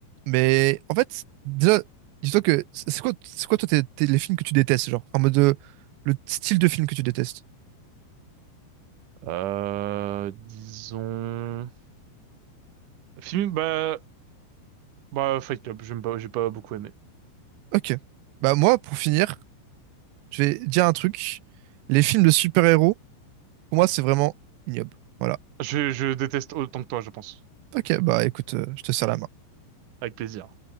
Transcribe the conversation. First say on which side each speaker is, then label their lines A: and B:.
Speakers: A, on the right; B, on the right.
A: Mais en fait, déjà, dis-toi que c'est c'est quoi, c'est quoi toi tes- tes- les films que tu détestes, genre, en mode euh, le style de film que tu détestes.
B: Euh, disons. Film, bah, Bah, Fight Club, j'aime pas, j'ai pas beaucoup aimé.
A: Ok. Bah moi, pour finir, je vais dire un truc. Les films de super-héros, pour moi, c'est vraiment ignoble. Voilà.
B: Je, je déteste autant que toi, je pense.
A: Ok, bah écoute, euh, je te sers la main.
B: Avec plaisir.